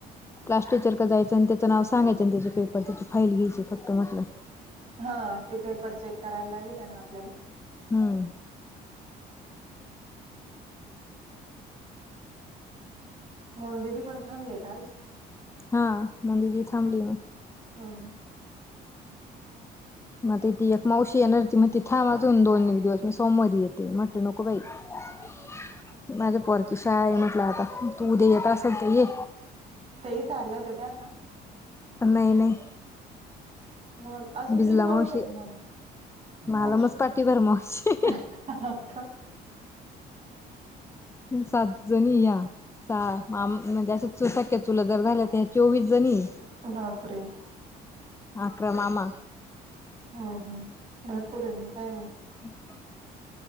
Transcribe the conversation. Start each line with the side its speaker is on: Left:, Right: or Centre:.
Left: क्लास टीचर का जायचं आणि त्याचं नाव सांगायचं आणि त्याचे पेपर त्याची फाईल घ्यायची फक्त म्हटलं.
Right: हा ते पेपर चेक करायला हवीत ना आपल्याला.
Left: हम्म.
Right: मोनुदिदी पण थांबले का आ?
Left: हा मोनुदीदी थांबली ना.
Right: हम ह.
Left: मग आता ती एक मावशी येणारी होती मग थांब अजून दोन एक दिवस मी सोमवारी येते मग. म्हटलं नको बाई. <inaudible> माझ्या पोरची शाळा आहे म्हटलं आता तू उद्या येत असेल तर ये.
Right: त्या इथ आल्या होत्या त्या का?
Left: नाही नाही.
Right: मग अजून
Left: भिजला
Right: किती मावश
Left: मावशी
Right: आहे तुम्हाला
Left: मला
Right: मावश
Left: मच
Right: आहे.
Left: पाठीभर मावशी
Right: <unintelligible>
Left: सात जणी या. सहा म्हणजेे अस सक्या चुलंत जर झाल्या तर ह चोवीस जणी
Right: बापरे! !
Left: अकरा मामा
Right: हम हम भरपूर आहे म काय मग.
Left: ह